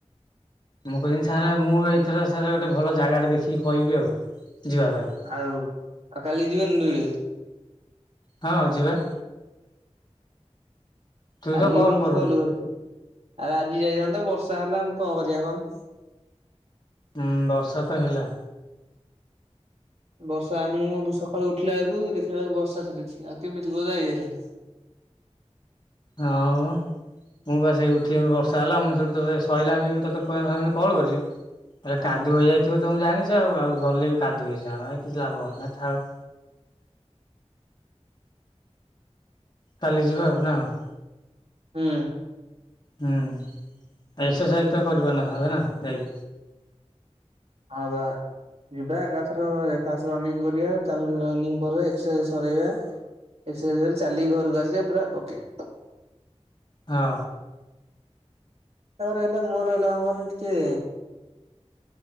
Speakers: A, on the left; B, on the right.
A: ମୁଁ କହିଥିଲି ସାର୍ ଆଉ ମୁଁ ଏକେଲା ସାର୍ ଗୋଟେ ଭଲ ଜାଗାଟା ଦେଖିକି କହିବି ଆଉ ଯିବା ପାଇଁ।
B: ଆଉ ଆଉ କାଲି ଯିବାନି ଦୁଳିଓ।
A: ହଁ ଯିବା। ତୁ
B: କାଲି
A: ତ କଲ୍
B: ମୁଁ
A: କରୁନୁ
B: ଫୋଲ କରିବି ଆରେ ଆଜି ଯାଇଥାନ୍ତା ବର୍ଷା ହେଲା ମୁଁ କଣ କରିଆ କହୁନୁ।
A: ହୁଁ ବର୍ଷା ତ ହେଲା।
B: ବର୍ଷା ଆ ମୁଁ ସକାଳୁ ଉଠିଲା ଆଳକୁ ଦେଖିଲା ବେଳକୁ ବର୍ଷା ଛେଚୁଚି ଆଉ କେମିତି କଁ ଯାଇ ହେଥାନ୍ତା।
A: ହଁ ବା। ମୁଁ ବା ସେଇ ଉଠିବି ବର୍ଷା ହେଲା ମୁଁ ସେଇଠି ତତେ ସରିଲା ବି ମୁଁ ତତେ କହେ ଭାବିନି କଲ୍ କରିବି ହେଲେ
B: ହଁ
A: କାଦୁଅ ହେଇଆଥିବ ତମେ ଜାଣିଛ ଆଉ ଆଉ ଗଲେ ବି କାଦୁଅ ହେଇଜିଆ ଆମେ କିଛି ଲାଭ ହଉନି ଆଉ ଥାଉ। କାଲି ଯିବା ଆଉ ନାଉଁ।
B: ହୁଁ।
A: ହୁଁ ଏକ୍ସରସାଇଜ୍ ତ କରିପାରିନଥାନ୍ତେ ନା ଯାଇ
B: ହବା। ଯିବା ଏକା ଥରେ ଫାଷ୍ଟ ରନିଙ୍ଗ କରିବା ତାପରେ ରନିଙ୍ଗ ପରେ ଏକ୍ସରସାଇଜ୍ ସରେଇବା ଏକ୍ସରସାଇଜ୍ ଓରେ ଚାଲିକି ଘରକୁ ଆସିବା ପୁରା ଓକେ।
A: ହଁ।
B: ତାପରେ ହେଲା ମୋର ହେଲା ହବନି ଟିକେ